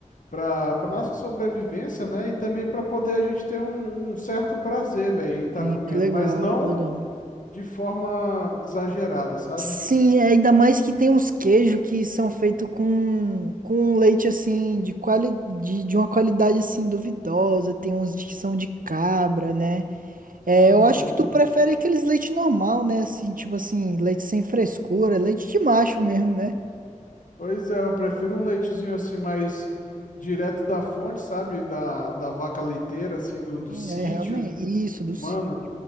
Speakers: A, on the left; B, on the right.
A: para para nossa sobrevivência, né? E também para poder a gente ter um, um certo prazer, velho, em estar
B: Sim,
A: comendo,
B: que legal,
A: mas não
B: que legal.
A: de forma exagerada, sabe?
B: Sim, é, ainda mais que tem uns queijos que são feitos com, com um leite assim, de, quali, de, de uma qualidade assim duvidosa, tem uns que são de cabra, né? É,
A: Uhum.
B: eu acho que tu prefere aqueles leite normal, né? Assim, tipo assim, leite sem frescura, leite de macho mesmo, né?
A: Pois é, eu prefiro um leitezinho assim mais direto da fonte, sabe? Da, da vaca leiteira, assim, do, do sítio.
B: É, realmente, isso, do
A: Mano,
B: cio.